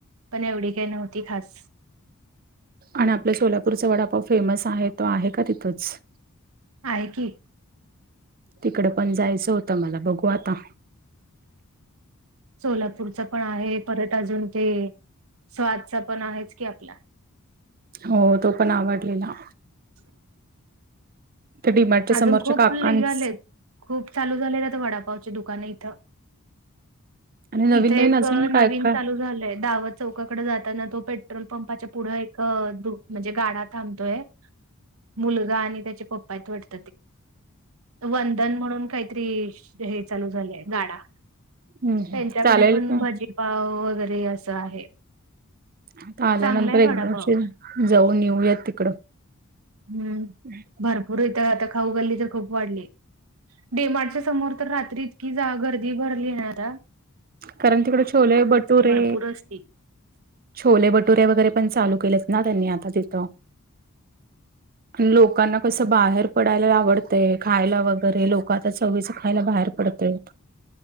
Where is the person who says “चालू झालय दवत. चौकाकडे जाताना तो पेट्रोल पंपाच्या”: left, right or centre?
Right